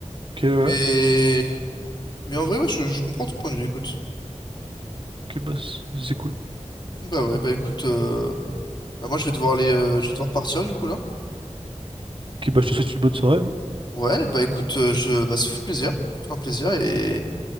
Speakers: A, on the right; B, on the left.
A: Ok ouais.
B: Mais, mais en vrai, ouais, je, je comprends ton point de vue. Écoute,
A: Ok bah c'est c'est cool.
B: bah ouais, bah écoute, euh, bah moi je vais devoir aller, euh, je vais devoir partir du coup là.
A: Ok bah je te souhaite une bonne soirée. hein.
B: Ouais, bah écoute, euh, je, bah ça fait plaisir, c'est un plaisir et,